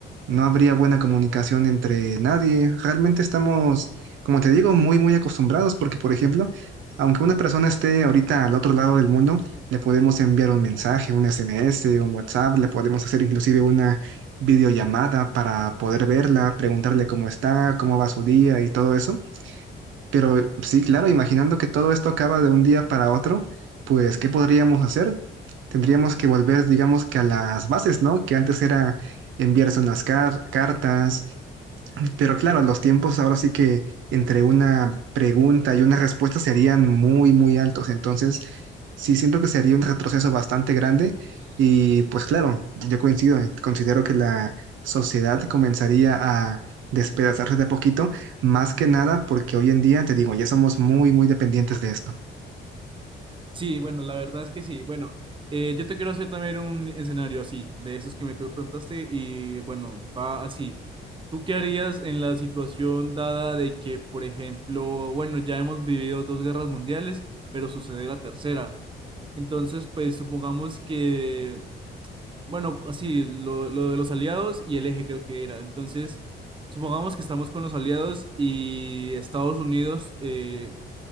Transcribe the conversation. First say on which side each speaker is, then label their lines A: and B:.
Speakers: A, on the right; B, on the right.
A: no habría buena comunicación entre nadie. Realmente estamos, como te digo, muy, muy acostumbrados porque, por ejemplo, aunque una persona esté ahorita al otro lado del mundo, le podemos enviar un mensaje, un SMS, un WhatsApp, le podemos hacer inclusive una videollamada para poder verla, preguntarle cómo está, cómo va su día y todo eso. Pero sí, claro, imaginando que todo esto acaba de un día para otro, pues, ¿qué podríamos hacer? Tendríamos que volver, digamos que a las bases, ¿no? Que antes era enviarse unas car- cartas, pero claro, los tiempos ahora sí que entre una pregunta y una respuesta serían muy, muy altos. Entonces, sí siento que sería un retroceso bastante grande. Y pues claro, yo coincido, considero que la sociedad comenzaría a despedazarse de a poquito, más que nada porque hoy en día, te digo, ya somos muy, muy dependientes de esto.
B: Sí, bueno, la verdad es que sí. Bueno, eh, yo te quiero hacer también un escenario así, de esos que me tú preguntaste, y bueno, va así. ¿Tú qué harías en la situación dada de que, por ejemplo, bueno, ya hemos vivido dos guerras mundiales, pero sucede la tercera? Entonces, pues supongamos que, bueno, así, lo, lo de los aliados y el eje creo que era. Entonces, supongamos que estamos con los aliados y Estados Unidos, eh,